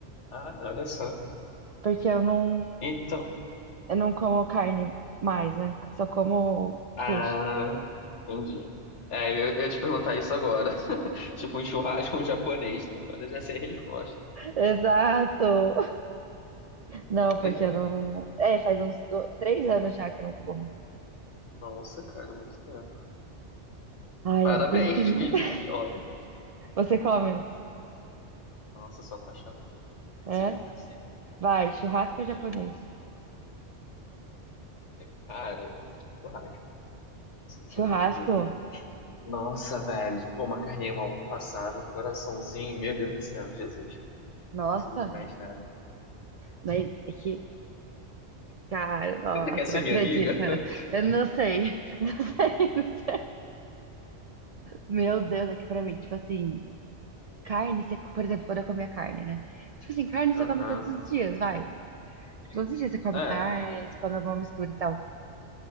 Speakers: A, on the left; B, on the right.
A: Ah, olha só.
B: porque eu não,
A: Então.
B: eu não como carne mais, né? Só como
A: Ah,
B: peixe.
A: entendi. É, eu, eu ia te perguntar isso agora. <laughs> Tipo um churrasco, um japonês. Agora eu já sei a resposta.
B: Exato! Não, porque
A: <laughs>
B: eu não. É, faz uns do- três anos já que eu não como.
A: Nossa, cara, muito tempo.
B: Ai,
A: Parabéns,
B: é um tempinho.
A: <laughs> viu?
B: <laughs>
A: Porque olha,
B: Você come?
A: nossa, eu sou apaixonado.
B: É?
A: Consigo ficar sem.
B: Vai, churrasco ou japonês?
A: sem... É, cara, churrasco, sem
B: Churrasco?
A: sombra de dúvida. Nossa, velho, pô, uma carninha mal passada, um coraçãozinho, meu Deus do céu, Jesus.
B: Nossa!
A: Precisa de mais nada.
B: Mas é que. Cara, nossa,
A: Você ainda quer ser
B: não acredita.
A: minha amiga?
B: Eu não sei. <laughs> Meu Deus, aqui pra mim, tipo assim. Carne, você, por exemplo, quando eu comia carne, né? Tipo assim, carne
A: <laughs>
B: você
A: Aham.
B: come todos os dias, vai. Tipo, Todos os dias você come
A: É.
B: carne, você come alguma mistura e tal.